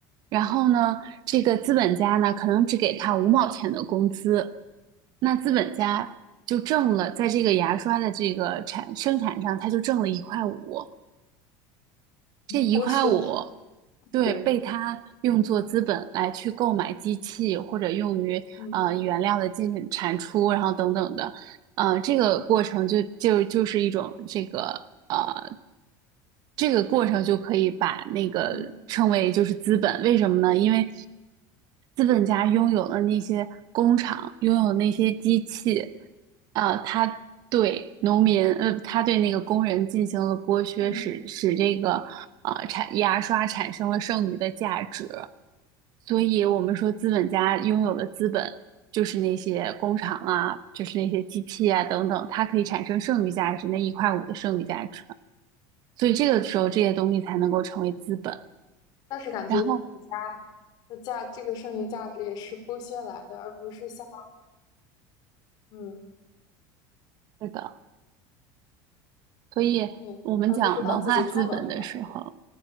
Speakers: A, on the right (about 45°); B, on the left (about 45°).
A: 然后呢，这个资本家呢，可能只给他五毛钱的工资，那资本家就挣了，在这个牙刷的这个产生产上，他就挣了一块五。这一块五，
B: 就剥削了，
A: 对，
B: 对，
A: 被他用作资本来去购买机器，或者用于呃原料的进产出，
B: 嗯
A: 然后等等的。呃，这个过程就就就是一种这个呃，这个过程就可以把那个称为就是资本，
B: 嗯
A: 为什么呢？因为资本家拥有了那些工厂，拥有那些机器，呃，他对农民，呃，他对那个工人进行了剥削，
B: 嗯。
A: 使使这个呃产牙刷产生了剩余的价值，所以我们说资本家拥有的资本就是那些工厂啊，就是那些机器啊等等，它可以产生剩余价值，那一块五的剩余价值。所以这个时候这些东西才能够成为资本。
B: 但是感觉资本家的价，
A: 然后
B: 这个剩余价值也是剥削来的，而不是像嗯
A: 是的，所以我们讲文化资本的时候。
B: 对，而不是他自己创造出来的。